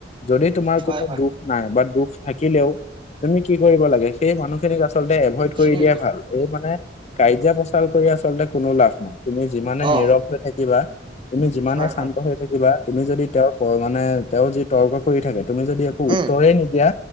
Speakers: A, on the left; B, on the right.
A: যদি তোমাৰ
B: হয়,
A: কোনো
B: হয়,
A: দুখ নাই বা দুখ থাকিলেও তুমি কি কৰিব লাগে, সেই মানুহখিনিক আচলতে এভইড কৰি
B: উম,
A: দিয়াই ভাল। এই মানে কাজিয়া পেচাল কৰি আচলতে কোনো লাভ নাই। তুমি যিমানে
B: অ',
A: নীৰৱ হৈ থাকিবা তুমি যিমানে
B: হয়,
A: শান্ত
B: হয়,
A: হৈ থাকিবা তুমি যদি তেওঁৰ মানে তেওঁৰ যি তৰ্ক কৰি থাকে তুমি যদি একো
B: উম,
A: উত্তৰে নিদিয়া